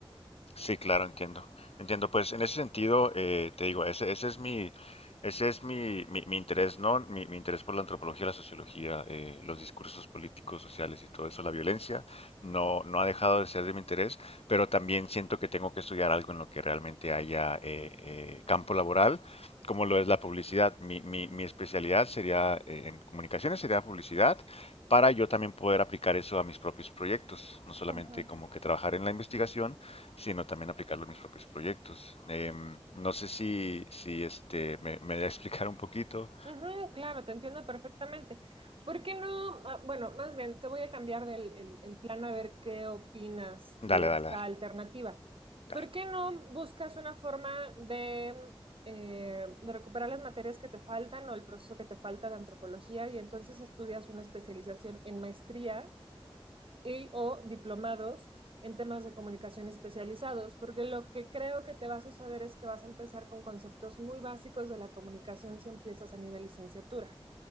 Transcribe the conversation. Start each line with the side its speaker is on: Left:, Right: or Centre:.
Left: Sí, claro, entiendo. Entiendo, pues en ese sentido, eh, te digo, ese, ese es mi, ese es mi, mi, mi interés, ¿no? Mi, mi interés por la antropología, la sociología, eh, los discursos políticos, sociales y todo eso, la violencia, no, no ha dejado de ser de mi interés, pero también siento que tengo que estudiar algo en lo que realmente haya eh, eh, campo laboral, como lo es la publicidad. Mi, mi, mi especialidad sería, eh, en comunicaciones sería publicidad, para yo también poder aplicar eso a mis propios proyectos, no solamente
Right: Ujú,
Left: como que trabajar en la investigación, sino también aplicarlo en mis propios proyectos. Em, no sé si, si este, me, me da a explicar un poquito.
Right: ujú, claro, te entiendo perfectamente. ¿Por qué no? Ah, Bueno, más bien, te voy a cambiar del, el, el plano a ver qué opinas
Left: Dale,
Right: de esta
Left: dale, dale,
Right: alternativa.
Left: dale.
Right: ¿Por qué no buscas una forma de, eh, de recuperar las materias que te faltan o el proceso que te falta de antropología y entonces estudias una especialización en maestría? y o diplomados en temas de comunicación especializados, porque lo que creo que te va a suceder es que vas a empezar con conceptos muy básicos de la comunicación si empiezas a nivel licenciatura.